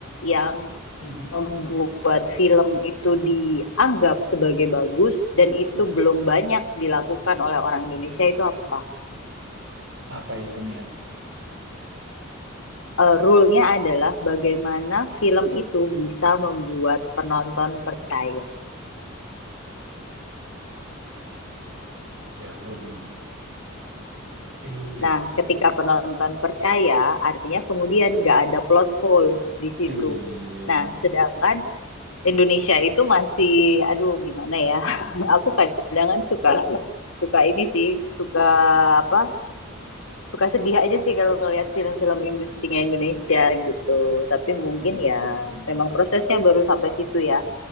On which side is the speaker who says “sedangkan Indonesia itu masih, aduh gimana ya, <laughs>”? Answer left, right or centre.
Left